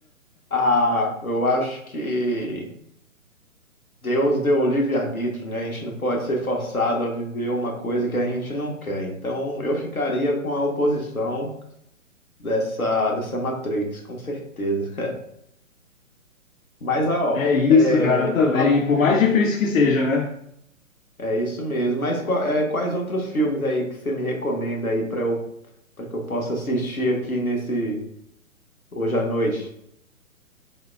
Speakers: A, on the left; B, on the left.
A: Ah, eu acho que Deus deu o livre-arbítrio, né? A gente não pode ser forçado a viver uma coisa que a gente não quer. Então, eu ficaria com a oposição dessa, dessa Matrix, com certeza. Mas, ó,
B: É isso,
A: é,
B: cara, também.
A: fa-
B: Por mais difícil que seja, né?
A: É isso mesmo. Mas qua- é, quais outros filmes aí que você me recomenda aí para eu para que eu possa assistir aqui nesse hoje à noite?